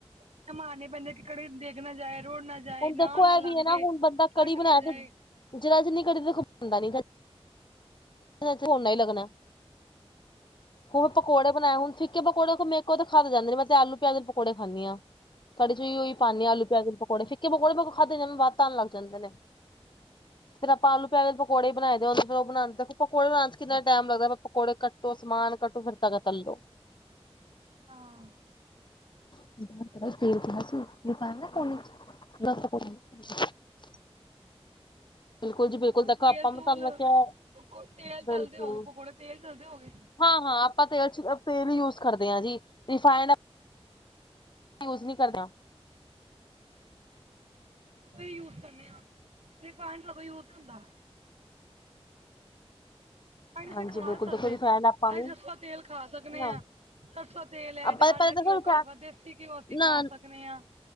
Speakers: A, on the right; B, on the left.
A: ਸਮਾਨ ਹੀ ਪੈਂਦਾ ਕਿ ਕੜੀ ਡਿੱਗ ਨਾ ਜਾਏ, ਰੁੜ ਨਾ ਜਾਏ,
B: ਹੁਣ ਦੇਖੋ
A: ਨਾਲ ਨਾ
B: ਇਹ
A: ਲੱਗ
B: ਵੀ ਹੈ
A: ਜਾਏ,
B: ਹੁਣ ਬੰਦਾ
A: ਫੱਟ
B: ਕੜੀ ਬਣਾਇਆ
A: ਨਾ ਜਾਏ।
B: ਤੇ ਜਰਾ ਜਿੰਨੀ ਕੜੀ ਦੇਖੋ ਬਣਦਾ ਨੀਗਾ। <inaudible> ਉੱਨਾਂ ਹੀ ਲੱਗਣਾ। ਹੁਣ ਪਕੌੜੇ ਬਣਾਏ, ਹੁਣ ਫਿੱਕ ਕੇ ਪਕੌੜੇੇ ਤੇ ਮੇਕੋ ਖਾਦੇ ਜਾਂਦੇ ਨੀ। ਮੈਂ ਤੇ ਆਲੂ-ਪਿਆਜ ਦੇ ਪਕੌੜੇ ਖਾਂਦੀ ਹਾਂ। ਕੜੀ ਚ ਵੀ ਓਈ ਪਾਨੀਂ ਆਂ, ਆਲੂ ਪਿਆਜ ਦੇ ਪਕੌੜੇ। ਫਿੱਕੇ ਪਕੌੜੇ ਮੇ ਕੋ ਖਾਧੇ ਨੀ ਜਾਂਦੇ, ਬੱਤ ਆਣ ਲੱਗ ਜਾਂਦੇ ਨੇ। ਫਿਰ ਅਪਾਂ ਆਲੂ ਪਿਆਜ ਦੇ ਪਕੋੜੇ ਹੀ ਬਣਾਈ ਦੇ। ਏ ਫਿਰ ਔ ਬਨਾਣ ਤਕ ਬਣਾਉਣ ਚ ਕਿੰਨਾ ਟਾਈਮ ਲੱਗਦਾ, ਪਕੌੜੇ ਕਟ ਤ ਸਮਾਨ ਕੱਟੋ ਫਿਰ ਤੱਕ ਤਲੋ
A: ਹਾਂ
B: <inaudible> ਦੱਸ <unintelligible> ਬਿਲਕੁਲ ਜੀ ਬਿਲਕੁਲ
A: ਹਾਂ
B: ਦੇਖੋ ਆਪਾਂ
A: ਤੇਲ
B: ਮੈਂ
A: ਤੂਲ
B: ਤੁਹਾਨੂੰ ਕਿਹਾ
A: ਪਕੋ- ਤੇਲ
B: ਬਿਲਕੁਲ
A: ਤਲਦੇ ਹੋਗੇ ਪਕੌੜੇ ਤੇਲ ਤਲਦੇ ਹੋਗੇ ਅਸੀਂ
B: ਹਾਂ ਹਾਂ ਆਪਾਂ ਤੇਲ ਚ ਤੇਲ ਹੀ ਯੂਜ ਕਰਦੇ ਹਾਂ ਜੀ ਰਿਫਾਇਡ ਯੂਜ ਨਹੀਂ ਕਰਦੇ ਆਂ
A: ਸੀ ਯੂਜ ਕਰਨੇ ਆ ਇਹ ਪਾਣੀ ਲ ਕੋ ਯੂਜ ਹੁੰਦਾ
B: ਹਾਂਜੀ
A: ਸੀਂ ਖਾ
B: ਬਿਲਕੁਲ
A: ਸਕਦੇ
B: ਦੇਖੋ ਰਿਫਾਇੰਡ
A: ਅਸੀਂ
B: ਆਪਾਂ ਵੀ
A: ਜਫਾ ਤੇਲ ਖਾ ਸਕਦੇ
B: ਨਾ
A: ਹਾਂ ਪਰਸੋਂ ਤੇਲ ਹੈ
B: ਆਪਾਂ
A: ਦਾਲ
B: ਪਹਿਲਾਂ
A: ਦਾ
B: ਦੇਖੋ
A: ਘਿਓ
B: ਰਿਫੈ
A: ਘੱਟ ਵਾ ਦੇਸੀ ਘਿਓ ਅਸੀਂ
B: ਨਾ
A: ਖਾ ਸਕਦੇ ਹਾਂ